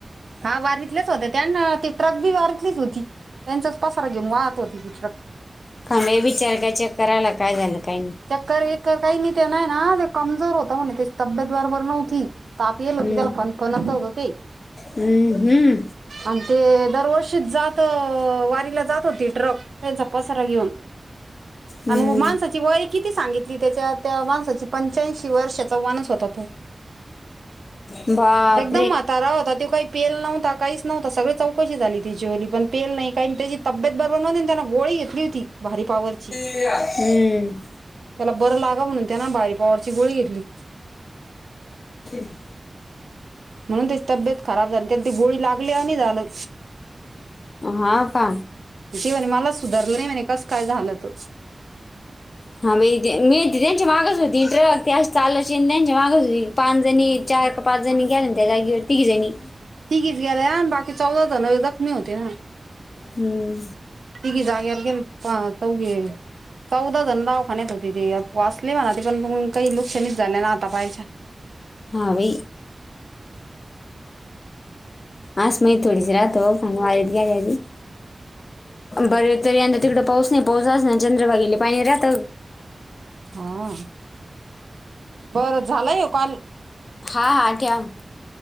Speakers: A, on the right; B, on the left.
A: हा वारीतलेच होते त्यां अन ती ट्रक बी वारितलीच होती, त्यांच्याच पसारा घेऊन वाहत होती ती ट्रक.
B: कांबळे बिचारा काय चेक करायला काय झालं काय नी.
A: चक्कर बीक्कर काई नी ते नाय ना ते कमजोर होतं म्हणे त्याची तब्येत बरोबर नव्हती. ताप येल होती
B: हम्म.
A: त्याला फणफणत होतं ते
B: हम्म, हम्म,
A: आणि ते दरवर्षीच जातं वारीला जात होती ट्रक. त्यांचा पसारा घीऊन
B: हम्म.
A: आण माणसाची वय किती सांगितली त्याच्या त्या माणसाची पंच्याऐंशी वर्षाचा मानुस होता तो
B: बाप
A: एकदम म्हतारा होता त्यो काई पेल नव्हता काईच नव्हता सगळी चौकशी झाली त्याच्या वाली. पण पेल नाई काई त्याची तब्येत बरोबर नव्हती त्यांनं गोळी घेतली होती भारी पावरची.
B: हम्म
A: त्याला बरं लागा म्हणून त्यानं भारी पावरची गोळी घेतली
B: <unintelligible>
A: म्हणून त्याची तब्येत खराब झाली त्याल ती गोळी लागली आणि झालं
B: हा का
A: ते म्हणे मला सुधारलं नई म्हणे कस काय झालं त.
B: हा मा मिळ त्यांची मागच होती ट्रक ते असं चाल त्यांच्या मागच होती पाच जणी चार का पाच जणी ग्याल्या त्या जागीवर तीघी जणी
A: तिघीच गेल्या आणि बाकी चौदा जण जखमी होते ना
B: हम्म
A: तिघी जाग्यावर गेल पा चौघे चौदा जण ना म्हणत होती ते वाचली म्हणा ते पण काही लुकसानीच झाले ना आता पायाच्या
B: हावी आस माई थोडीशी राहतो पण वारीत गेलेली बरे तरी यंदा तिकडं पाऊस नाही. पाऊस असलाना चंद्रभागेला पाणी राहत.
A: हा. बरं, झालाय यो काॅल.
B: हां हां ठ्याव.